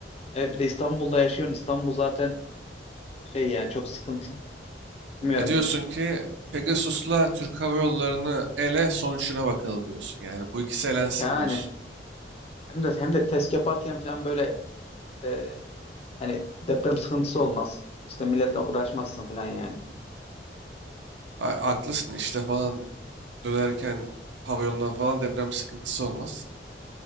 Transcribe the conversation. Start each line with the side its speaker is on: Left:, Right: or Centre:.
Left: e, bir de İstanbul'da yaşıyorsun. İstanbul zaten şey yani çok sıkıntı. Bilmiyorum.
Right: E diyorsun ki Pegasus'la Türk Hava Yolları'nı ele sonuçuna bakalım diyorsun. Yani bu ikisi elensin
Left: Yani
Right: diyorsun.
Left: hem de hem de test yaparken falan böyle e, hani deprem sıkıntısı olmaz. İşte milletle uğraşmazsın falan yani.
Right: Ha, haklısın işte falan dönerken havayolundan falan deprem sıkıntısı olmaz.